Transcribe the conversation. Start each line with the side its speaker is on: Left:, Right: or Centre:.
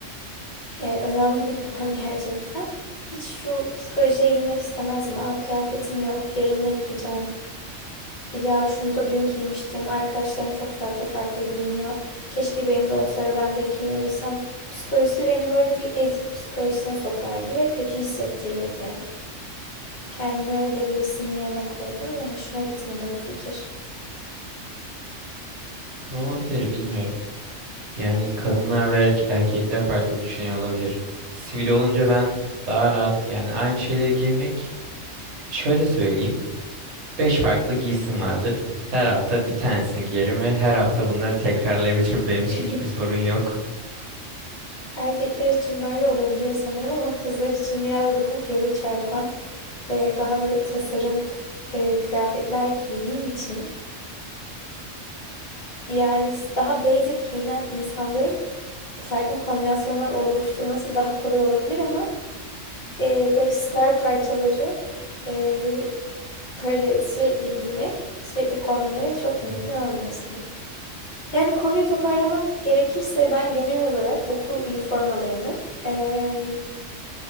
Left: eee, önemli bir dönem <laughs> gerçekten. Hiç şu psikolojiye girmek istemezdim. Aa kıyafetim yok, yarın ne giyeceğim? Ya şunu da dün giymiştim. Arkadaşlarım çok farklı farklı giyiniyor. Keşke benim de olsa ve ben de giyinebilsem. Psikolojisi beni böyle bir ezik psikolojisine sokardı ve kötü hissettirirdi yani. Kendimi öyle birisinin yerine koydum ve hoşuma gitmedi bu fikir.
Right: Ne olabilir bilmiyorum. Yani kadınlar ve erke- erkekler farklı düşünüyor olabilir. Sivil olunca ben daha rahat yani aynı şeylere girmek. Şöyle söyleyeyim. 5 farklı giysim vardır. Her hafta bir tanesini giyerim ve her hafta bunları tekrarlayabilirim. <laughs> Benim
Left: <laughs>
Right: için hiçbir sorun yok.
Left: Erkekler için böyle olabiliyor sanırım ama kızlar için biraz daha göze çarpan, e, daha böyle tasarım e, kıyafetler giydiğin için Yani daha basic giyinen insanların farklı kombinasyonlar oluşturması daha kolay olabilir ama e, böyle star parçaları e, böyle sürekli giymek, sürekli kombinlemek çok mümkün
Right: Hı.
Left: olmuyor sanırım. Yani konuyu toparlamak gerekirse ben genel olarak okul üniformalarının e,